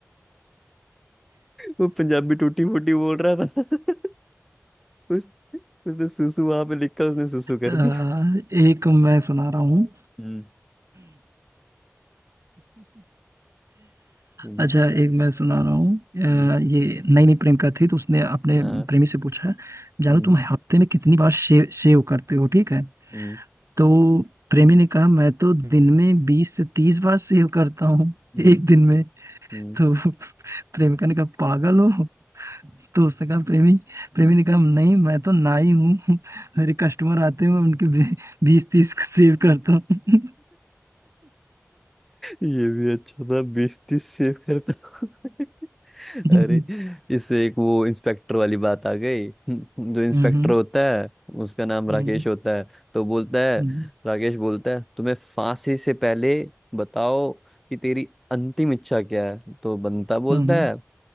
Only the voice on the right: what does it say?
आ,
एक मैं सुना रहा हूँ
अच्छा एक मैं सुना रहा हूँ
आ, ये नई नई प्रेमिका थी तो उसने अपने
प्रेमी से पूछा जानो
तुम हफ्ते में कितनी बार शेव शेव करते हो ठीक है
तो प्रेमी ने कहा मैं तो दिन में बीस से तीस बार शेव करता हूँ
एक दिन में
तो प्रेमिका ने कहा पागल हो तो उसने कहा प्रेमी प्रेमी ने कहा नहीं मैं तो नाई हूँ मेरे कस्टमर आते हैं मैं उनके बीस तीस को सेव करता हूँ
हम्म,
हम्म,
हम्म,
हम्म,
हम्म,